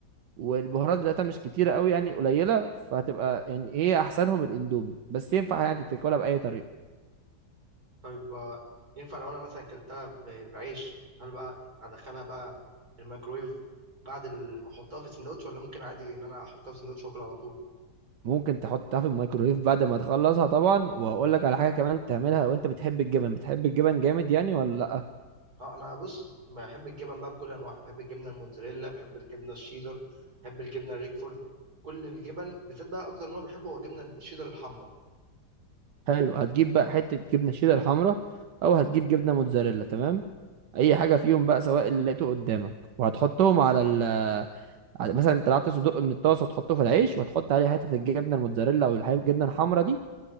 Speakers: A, on the right; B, on the right.
A: والبهارات بتاعتها مش كتيرة قوي يعني قليلة فهتبقى يعني هي أحسنهم الأندومي بس ينفع يعني تاكلها بأي طريقة
B: طيب آه، ينفع لو انا مثلا اكلتها ب- بعيش هل بقى ادخلها بقى الميكرويف بعد ما احطها في السندوتش ولا ممكن عادي ان انا احطها في السندوتش واكل على طول
A: ممكن تحطها في الميكرويف بعد ما تخلصها طبعا وهقول لك على حاجة كمان تعملها لو أنت بتحب الجبن بتحب الجبن جامد يعني ولا لأ
B: اه انا بص بحب الجبن بقى بكل انواعها بحب الجبنه الموتزاريلا بحب الجبنه الشيدر بحب الجبنه الريكفورد كل الجبن بالذات بقى اكتر نوع بحبه هو الجبنه الشيدر الحمراء
A: حلو هتجيب بقى حتة جبنة شيدر حمرا أو هتجيب جبنة موتزاريلا تمام أي حاجة فيهم بقى سواء اللي لقيته قدامك وهتحطهم على ال على- مثلا انت طلعت صدق من الطاسة وتحطه في العيش وهتحط عليه حتة الجبنة الموتزاريلا أو الح- الجبنة الحمرا دي